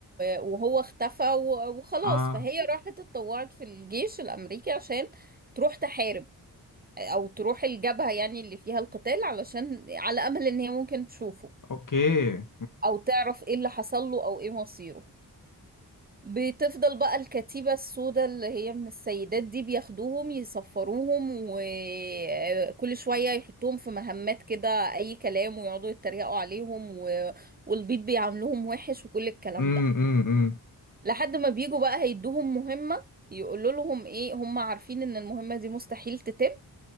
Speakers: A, on the right (about 25°); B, on the left (about 50°).
A: وهو اختفى و... وخلاص
B: اه
A: فهي راحت اتطوعت في الجيش الأمريكي عشان تروح تحارب او تروح الجبهة يعني اللي فيها القتال علشان على امل ان هي ممكن تشوفه
B: اوكي
A: او تعرف ايه اللي حصل له او ايه مصيره بتفضل بقى الكتيبة السوداء اللي هي من السيدات دي بياخدوهم يصفروهم وكل شوية يحطوهم في مهمات كده أي كلام ويقعدوا يتريقوا عليهم و... والبيض بيعاملوهم وحش وكل الكلام
B: امم
A: ده
B: امم امم
A: لحد ما بيجوا بقى هيدوهم مهمة يقولوا لهم ايه هم عارفين ان المهمة دي مستحيل تتم